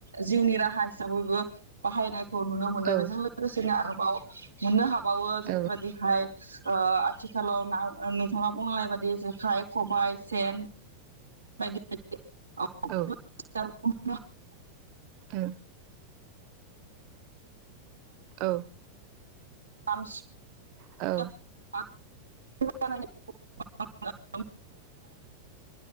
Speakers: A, on the right; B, on the right.
A: जिउनि राहा हिसाबैबो बाहायनायखौ नुनो मोनो
B: औ
A: बेजों लोगोसेनो आरो बाव मोननो हाब बावो जेबादि
B: औ
A: हाय ओ आथिखालाव ना नोंथाङा बुंनाय बाददि जेखाइ खबाइ सेन बायदि बायदि <unintelligible>
B: औ ह औ
A: <unintelligible>
B: औ
A: <unintelligible>